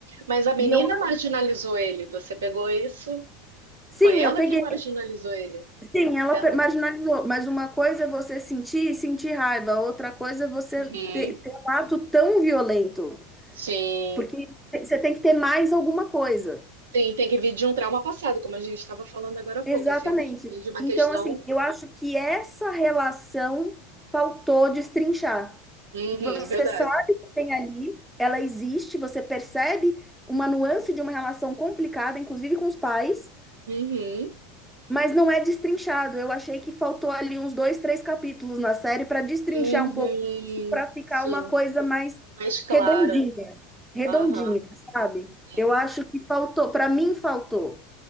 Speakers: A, on the right; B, in the centre.
A: Mas a menina
B: E eu,
A: marginalizou ele, você pegou isso?
B: sim,
A: Foi ela
B: eu peguei.
A: que marginalizou ele.
B: Sim, ela
A: Ela.
B: per- marginalizou, mas uma coisa é você sentir e sentir raiva, outra coisa é você
A: Uhum.
B: ter, ter um ato tão violento,
A: Sim.
B: porque você tem que ter mais alguma coisa.
A: Sim, tem que vir de um trauma passado, como a gente estava falando agora há pouco,
B: Exatamente.
A: assim, vir de uma
B: Então,
A: questão.
B: assim, eu acho que essa relação faltou destrinchar.
A: Uhum,
B: Você
A: verdade.
B: sabe que tem ali, ela existe, você percebe uma nuance de uma relação complicada, inclusive com os pais,
A: Uhum.
B: Mas não é destrinchado. Eu achei que faltou ali uns dois, três capítulos na série para destrinchar
A: Uhum.
B: um pouco isso, para ficar
A: Sim.
B: uma coisa mais
A: Mais clara.
B: redondinha, redondinha,
A: Aham.
B: sabe?
A: Sim,
B: Eu acho que faltou, para mim faltou.